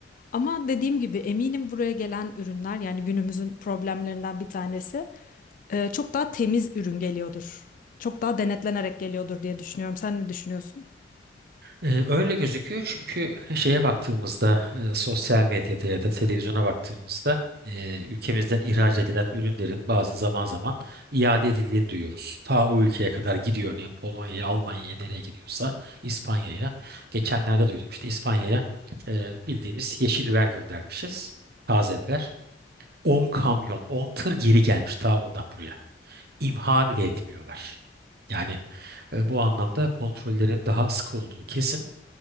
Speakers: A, on the left; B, on the right.
A: Ama dediğim gibi eminim buraya gelen ürünler yani günümüzün problemlerinden bir tanesi e, çok daha temiz ürün geliyordur. Çok daha denetlenerek geliyordur diye düşünüyorum. Sen ne düşünüyorsun?
B: Ee, Öyle gözüküyor çünkü şeye baktığımızda e, sosyal medyada ya da televizyona baktığımızda e, ülkemizden ihraç edilen ürünlerin bazı zaman zaman iade edildiğini duyuyoruz. Ta o ülkeye kadar gidiyor örneğin Polonya'ya, Almanya'ya nereye gidiyorsa İspanya'ya. Geçenlerde duydum işte İspanya'ya e, bildiğimiz yeşil biber göndermişiz taze biber. 10 kamyon, 10 tır geri gelmiş ta oradan buraya. İmha bile etmiyorlar. Yani e, bu anlamda kontrollerin daha sık olduğu kesin.